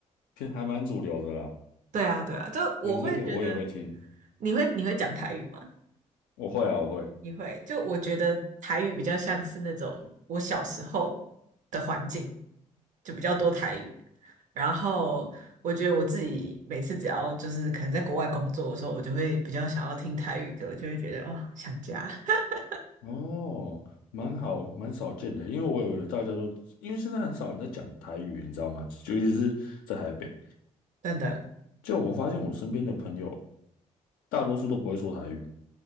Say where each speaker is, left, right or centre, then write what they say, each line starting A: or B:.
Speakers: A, on the left (about 85°); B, on the right (about 60°).
A: 偏还蛮主流的啦，
B: 对啊，对啊，就我会觉得
A: 对，那个我也会听，
B: 你会你会讲台语吗？
A: 我会啊，我会。
B: 你会，就我觉得台语比较像是那种我小时候的环境，就比较多台语。然后我觉得我自己每次只要就是可能在国外工作的时候，我就会比较想要听台语歌，就会觉得哦想家。<laughs>
A: 哦，蛮好，蛮少见的，因为我以为大家都，因为现在很少人在讲台语，你知道吗？尤其是在台北，
B: 真的，
A: 就我发现我身边的朋友，大多数都不会说台语，